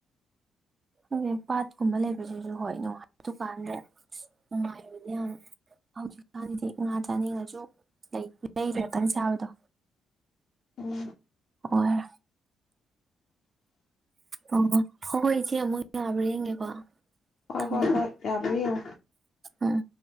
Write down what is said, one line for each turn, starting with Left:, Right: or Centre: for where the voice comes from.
Right: ꯑꯗꯨꯩ ꯄꯥꯠꯀꯨꯝꯕ ꯂꯩꯕꯁꯤꯁꯨ ꯍꯣꯏ ꯅꯨꯡꯉꯥꯏ ꯗꯨꯀꯥꯟꯗ ꯅꯨꯡꯉꯥꯏꯕꯗꯤ ꯌꯥꯝ ꯍꯧꯖꯤꯛꯀꯥꯟꯒꯤꯗꯤ ꯉꯥ ꯆꯥꯅꯤꯡꯉꯁꯨ ꯂꯩ ꯂꯩꯔꯦ ꯀꯪ ꯆꯥꯕꯗꯣ
Left: ꯎꯝ
Right: ꯑꯣꯏ ꯑꯣ ꯍꯣꯏ ꯏꯆꯦ ꯑꯃꯨꯛ ꯌꯥꯕ꯭ꯔꯥ ꯌꯦꯡꯒꯦꯀꯣ
Left: ꯍꯣꯏ
Right: ꯊꯝꯃꯒꯦ
Left: ꯍꯣꯏ ꯍꯣꯏ ꯌꯥꯕꯤꯌꯨ
Right: ꯎꯝ